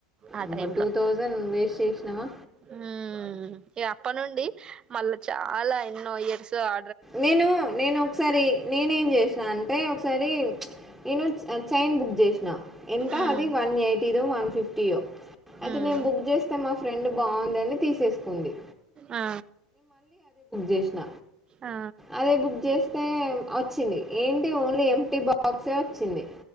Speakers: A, on the right; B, in the centre.
A: ఆ
B: అబ్బ
A: టైంలో
B: టూ థౌజండ్ వేస్ట్ చేసినావా
A: ఉ ఇగ అప్పటినుండి మల్ల చాలా ఎన్నో ఇయర్స్ ఆ
B: నేను నేను ఒకసారి నేనేం చేసినాను అంటే ఒకసారి మీచ్ నేను చైన్ బుక్ చేసినా ఎంత
A: ఉమ్
B: అది వన్ యైతి నో వన్ ఫిఫ్టీ నో అయితే
A: ఉమ్
B: నేను బుక్ చేస్తే మా ఫ్రెండు బాగుందని తీసేస్కోంది
A: ఆ
B: చేసిన
A: ఆ
B: అదే బుక్ చేస్తే వచ్చింది ఏంటి ఓన్లీ ఎంప్టీ బాక్స్ వచ్చింది